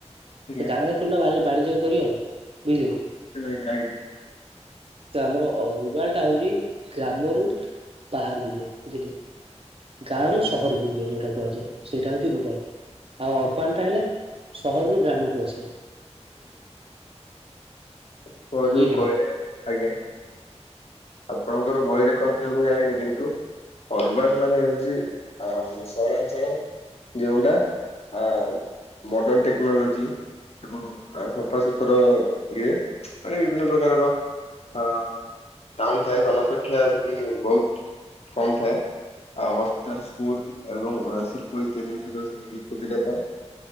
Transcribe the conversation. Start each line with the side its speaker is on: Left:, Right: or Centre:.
Left: ଆଜ୍ଞା
Right: ତ ଗାଁରେ ନା ବା ବାଣିଜ୍ୟ କରି ହବ ବୁଝିଲି।
Left: <unintelligible>
Right: ତ ଆମର ଅ ରୁରାଲ ଟା ହଉଛି ଗ୍ରାମରୁ ବାହାରକୁ ଯିବା ବୁଝିଲେ କି ଗାଁ ର ସହରକୁ ଯିବା ଯୋଉଟା କୁହାଯାଏ ସେଇଟା ହଉଛି ରୁରାଲ। ଆଉ ଅର୍ବାନ ଟା ହେଲା ସହରରୁ ଗ୍ରାମକୁ ଆସିବା।
Left: ଆଜ୍ଞା। <unintelligible>
Right: ବୁଝିଲେ
Left: କହିଲେ
Right: କି।
Left: ଆଜ୍ଞା। ଆପଣଙ୍କର ବହିରେ କଣ ଥିଲେ ମୁଁ ଜାଣିନି କିନ୍ତୁ ଅରବାନ ମାନେ ହଉଛି ଆ ସହରାଞ୍ଚଳ? ଯେଉଁଟା ଆ ମଡ଼ର୍ଣ ଟେକ୍ନୋଲୋଜି। ଏବଂ ଆ ସଫାସତୁର ଇଏ। ମାନେ ବିଭିନ୍ନ ପ୍ରକାରର ଆ ଟାଉନ ଥାଏ ଜନସଂଖ୍ୟା ସେଠି ବହୁତ କମ ଥାଏ। ଆଉ ହସ୍ପିଟାଲ ସ୍କୁଲ ଏବଂ ଆ ଶିଳ୍ପ ଇତ୍ୟାଦିର ସେଠି ସୁବିଧା ଥାଏ।